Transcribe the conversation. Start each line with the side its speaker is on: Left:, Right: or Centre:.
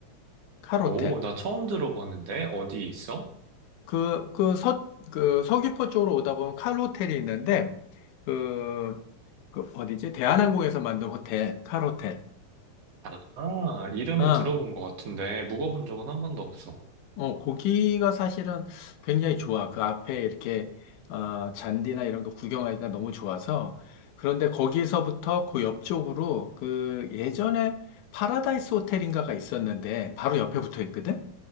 Left: 칼 호텔.
Right: 오, 나 처음 들어봤는데? 어디 있어?
Left: 그, 그 서, 그 서귀포 쪽으로 오다 보면 칼 호텔이 있는데 그, 그 어디지? 대한항공에서 만든 호텔, 칼 호텔.
Right: 아, 아, 이름은
Left: 어.
Right: 들어본 것 같은데, 묵어본 적은 한 번도 없어.
Left: 어, 고기가 사실은 굉장히 좋아. 그 앞에 이렇게, 어, 잔디나 이런 거 구경하기가 너무 좋아서. 그런데 거기서부터 그 옆쪽으로 그 예전에 파라다이스 호텔인가가 있었는데 바로 옆에 붙어 있거든?